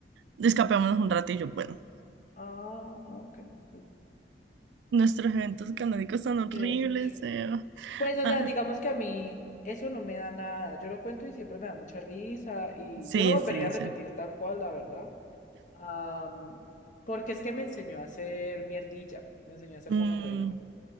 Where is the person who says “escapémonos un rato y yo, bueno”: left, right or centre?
Right